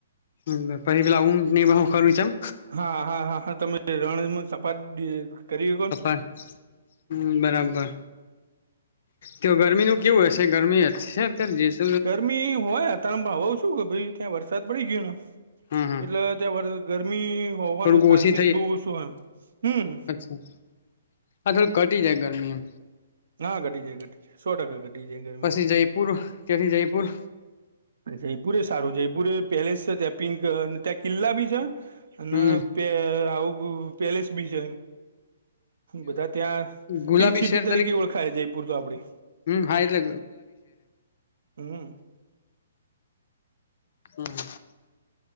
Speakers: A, on the left; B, on the right.
A: હમ પહિ પેલા ઊંટ ને બહઉ કરું ચમ.
B: હા હા હા હા તમે રણમાં સપાડી કરી હકોન.
A: હમ <unintelligible> હમ બરાબર તો ગરમીનું કેવું હશે ગરમી હશે અત્યારે જેશ
B: ગરમી હોય અત્યારે પણ હવે શું હોય કે ભાઈ ત્યાં વરસાદ પડી ગયો ને
A: હમ હમ
B: એટલે ત્યાં વર ગરમી હોવાનું
A: થોડુંક
B: ચાન્સીસ
A: ઓછી
B: બહુ ઓછું હોય હમ.
A: હા થોડી ઘટી જાય ગરમીમ.
B: હા ઘટી જાય ઘટી જાય સો ટકા ઘટી જાય ગરમી
A: પછી
B: તો.
A: જયપુર ત્યાંથી જયપૂર.
B: જયપુરે સારું છે જયપુર પેલેસ છે ત્યાં પિંક અને ત્યાં કિલ્લા બી છે અન
A: હમ
B: ત્યાં આવું પેલેસ બી છે બધા ત્યાં
A: ગુલાબી
B: પિંક સિટી
A: શહેર
B: તરીકે ઓળખાય જયપુર તો આપડી.
A: હમ હા એટલે
B: હમ.
A: હમ હ.